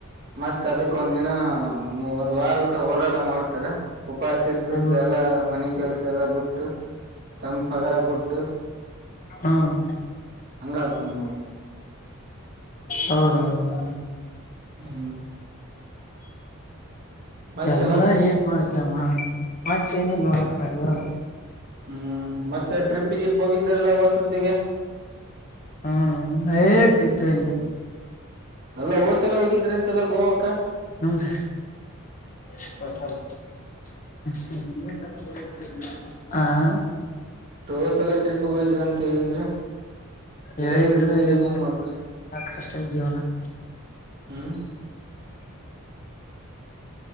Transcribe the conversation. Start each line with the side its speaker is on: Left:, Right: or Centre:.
Right: ಮತ್ತತ್ ಅದಕ್ ಒಂದ ದಿನ ಒಂದ್ ವಾರ ಗಟ್ಟ ಹೋರಾಟ ಊಟ ಮಾಡ್ತಾರ ಉಪವಾಸ ಇದ್ದಿದ್ದು
Left: ಹ್ಮ್
Right: ಎಲ್ಲಾ ಮನೆ ಕೆಲ್ಸ ಎಲ್ಲ ಬಿಟ್ಟು ತಂಪಗರ ಬಿುಟ್ಟು
Left: ಹ್ಮ್
Right: ಹಂಗ ಆಗ್ತವ ನೋಡು
Left: ಹೌದು ಹೌದು
Right: ಹ್ಮ್ <inaudible> ಮತ್ತೇಣ
Left: ಎಲ್ಲ ಏನ್ ಮಾಡ ಮಾಡ ಮೆನೋಲ್ಲ <unintelligible>
Right: ಹ್ಮ್ ಮತ್ತೆ ಟ್ರಿಪ್ಪಿಗೆ ಗಿಫಹೋಗಿದ್ರಲ್ಲ ಹೊಸತಿಗಿ
Left: ಹ್ಮ ಎ ಟ್ರಿಪ್ ಎ
Right: ಅಲ್ಲ ಹೋದ್ಸಲ ಹೋಗಿದ್ರಂತೆಲ್ಲ ಗೋವಾಕ್ಕ
Left: ನಮ ಸ <unintelligible> ಹ
Right: ಹೋದ್ಸಲ ಟ್ರಿಪ್ ಗೆ ಹೋಗಿದ್ರಿ ಅಂತ ಹೇಳಿದ್ರಿ ಎಲ್ಲೆಲ್ಲಿ
Left: ಹೇಳಿದ್ರು
Right: ಹೋಗಿದ್ರಿ
Left: ಏನ್
Right: ಏನೇನ್
Left: ಮಾಡ್ತಿ
Right: ಮಾಡಿದ್ರಿ
Left: ಕಷ್ಟ ಐತಿ ಜೀವನ <inaudible> <inaudible>
Right: ಹ್ಮ್